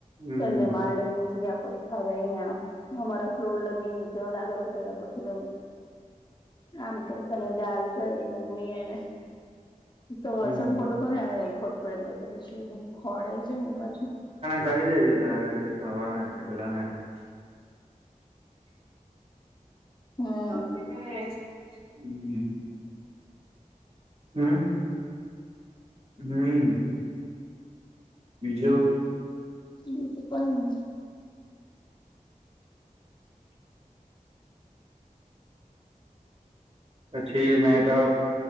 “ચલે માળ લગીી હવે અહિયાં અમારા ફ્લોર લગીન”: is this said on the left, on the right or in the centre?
Left